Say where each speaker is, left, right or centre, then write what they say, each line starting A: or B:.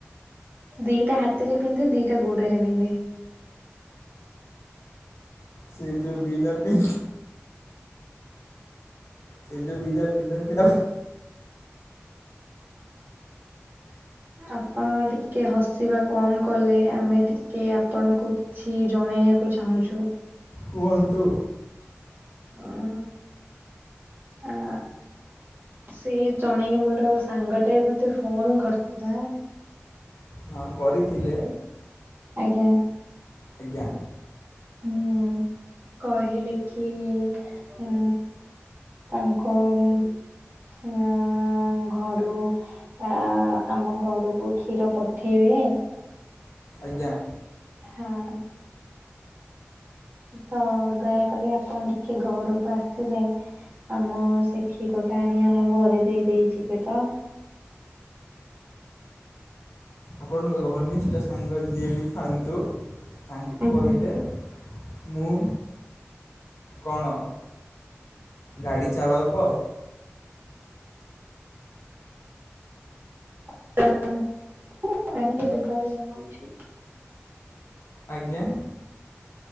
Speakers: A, on the right; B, on the left.
A: ଦିଟା ହାତରେ ପିନ୍ଧେ ଦିଟା ଗୋଡରେ ପିନ୍ଧେ।
B: ସେଇ ଯୋଉ ଦିଟା ପି ସେ ଯୋଉ ଦିଇଟା ପିିନ୍ଧନ୍ତି ଆଉ
A: ଆପଣ ଟିକେ ହସିବା କମ କଲେ ଆମେ ଟିକେ ଆପଣଙ୍କୁ କିଛି ଜଣେଇବାକୁ ଚାହୁଁଛୁ।
B: କୁହନ୍ତୁ।
A: ହଁ ଆ ସେ ଜଣେଇ ମୋର ସାଙ୍ଗ ତେ ମତେ ଫୋନ କରିଥିଲା।
B: ହଁ କରିଥିଲେ,
A: ଆଜ୍ଞା
B: ଆଜ୍ଞା।
A: ହୁଁ। କହିଲି କି ଉଁ ତାଙ୍କୁ ଉଁ ଉଁ ଘରୁ ଆ ଆମ ଘରକୁ କ୍ଷୀର ପଠେଇବେ।
B: ଆଜ୍ଞା।
A: ହଁ। ତ ଦୟାକରି ଆପଣ ଟିକେ ଘରକୁ ଆସିବେ। ଆମ ସେ କ୍ଷୀର ଟା ଆଣି ଆମ ଘରେ ଦେଇ ଦେଇ ଯିବେ ତ।
B: ଆପଣଙ୍କ ଘନିଷ୍ଠ ସାଙ୍ଗ ଯିଏ ବି ଥାଆନ୍ତୁ ତାଙ୍କୁ
A: ଆଜ୍ଞା।
B: କହିବେ ମୁଁ। କଣ ଗାଡ଼ି ଚାଳକ?
A: <unintelligible>
B: ଆଜ୍ଞା।